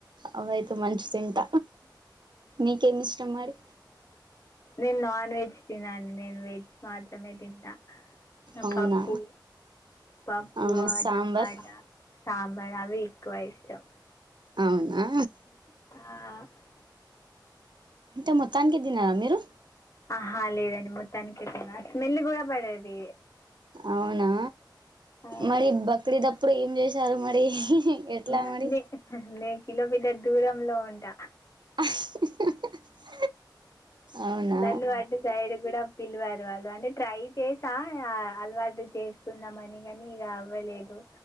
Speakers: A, on the right; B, on the left.
A: అవి అయితే మంచి తింట మీకేమి ఇష్టం మరి
B: నేను నాన్ వెజ్ తినా నేను వెజ్ మాత్రమే తింటా
A: అవునా
B: పప్పు పప్పు
A: అవునా సాంబార్
B: టమాటా ససాంబార్ అవే ఎక్కువ ఇష్టం
A: అవునా
B: ఆ
A: అంటే మొత్తానికి తినారా మీరు
B: ఆహా లేదండి మొత్తానికే తిన స్మెల్ కూడా పడేది
A: అవునా
B: ఆ,
A: మరి బక్రీద్ ఎప్పుడు ఏం చేసారు మరి ఎట్లా
B: న
A: మరి
B: నే నేను కిలోమీటర్ దూరంలో ఉంటా
A: <inaudible> అవునా
B: నన్ను అటు సైడు కూడా పిలవరు వాళ్ళు అంటే ట్రై చేసా అలవాటు చేసుకున్నాం అని కనీ ఇలా అవ్వలేదు